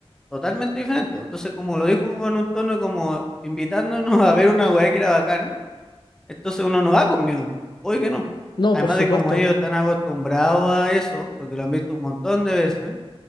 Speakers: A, in the centre; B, on the left.
A: totalmente diferente. Entonces, como lo dijo como en un tono como invitándonos <laughs> a ver una wea que era bacán Entonces uno no va conmigo, po. Obvio que no.
B: No,
A: Además
B: por supuesto.
A: de como ellos están acostumbrados a eso, porque lo han visto un montón de veces,